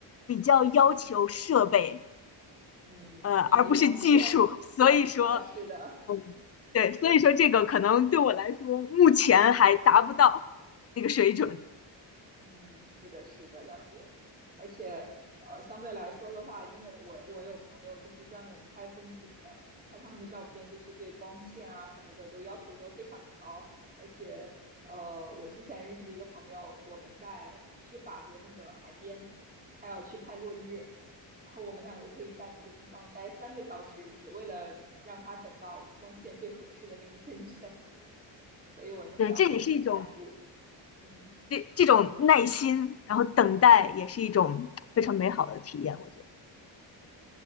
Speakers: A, on the left; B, on the right.
A: 比较要求设备，
B: 嗯，
A: 呃，而不是技术，
B: 以及光线
A: 所以说，
B: 啊，是的。
A: 嗯，对，所以说这个可能对我来说，
B: 对，
A: 目前还达不到那个水准。
B: 嗯，是的，是的，了解。而且，呃，相对来说的话，因为我我有朋友就是专门拍风景的，看他们的照片，就是对光线啊什么的都要求都非常的高。而且，呃，我之前认识的一个朋友，我们在去法国那个海边，他要去拍落日，然后我们两个可以在那个地方待三个小时，只为了让他等到光线最合适的那一瞬间。<laughs> 所以我能了解这种难度，
A: 对，这也是一种
B: 嗯。
A: 这这种耐心，然后等待也是一种非常美好的体验，我觉得。